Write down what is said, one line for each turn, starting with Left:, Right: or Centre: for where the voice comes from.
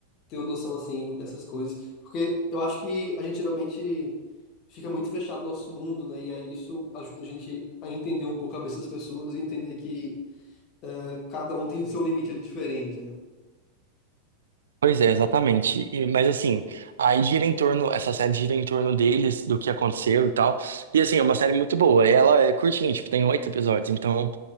Left: ter uma noção, assim, dessas coisas. Porque eu acho que a gente geralmente fica muito fechado no nosso mundo, né? E aí isso ajuda a gente a entender um pouco a cabeça das pessoas e entender que né, cada um tem seu limite ali diferente, né?
Right: Pois é, exatamente. E- mas assim, aí gira em torno, essa série gira em torno deles, do que aconteceu e tal. E assim, é uma série muito boa. E ela é curtinha, tipo, tem oito episódios. Então,